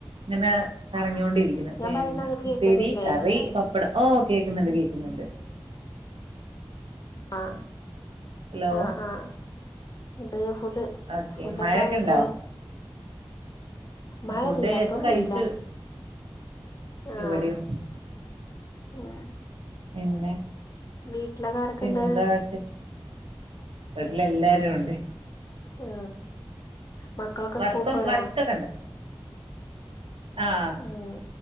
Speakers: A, on the right; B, on the left.
A: ഇങ്ങനെ പറഞ്ഞൊണ്ടിരിക്കും
B: ഞാൻ
A: പിന്നെ
B: പറയണ അങ്ങോട്ട്
A: ഉപ്പേരി
B: കേക്കുന്നില്ലേ
A: കറി പപ്പടം ഓഹ് കേൾക്കുന്നുണ്ട് കേൾക്കുന്നുണ്ട്
B: ആഹ്
A: ഹലോ
B: ആ ആഹ് ന്നട്ട് ഫുഡ്
A: ഓക്കെ
B: ഫുഡ
A: മഴയൊക്കെ
B: എപ്പ
A: ഉണ്ടോ
B: കഴക്ക മഴല്ലപ്പോ
A: ഫുഡ് ഇപ്പൊ
B: വെയില
A: കഴിച്ചു
B: ആഹ്
A: ഇവിടെയും
B: ഉം
A: പിന്നെ
B: വീട്ടിലൊക്കെ ആരൊക്കെണ്ട്
A: പിന്നെ എന്താ ആശ്യ വീട്ടിലല്ലാരും ഉണ്ട്
B: ആ മക്കളൊക്കെ
A: വർത്ത
B: സ്കൂൾ പോയോ
A: വറുത്തൊ കണ്ട ആഹ്
B: ഉം